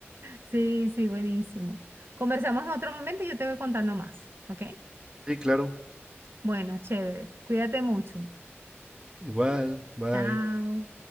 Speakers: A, on the right; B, on the right.
A: sí, sí, buenísimo. Conversamos en otro momento y yo te voy contando más, ¿ok?
B: Sí, claro.
A: Bueno, chévere. Cuídate mucho.
B: Igual, bye.
A: Chao.